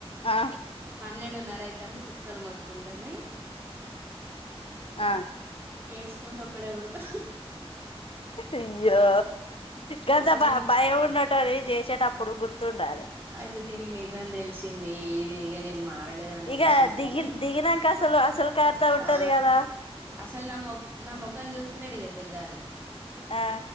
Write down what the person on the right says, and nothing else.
పన్నెడు నరా అయితుంది కుక్కలు మొత్తుకుంటానై
ఏడ్చకుంట ఒక్కడే ఊరుకు
అంటే
దీనికి
అయితే దీనికి నిజాం తెలిసింది ఇది ఇగ నేను మా మారలేదని
తెలిసిందని
ఆ
అసలు నా మొఖం నా మొఖం సూతలేడు ఇగ తెల్లారి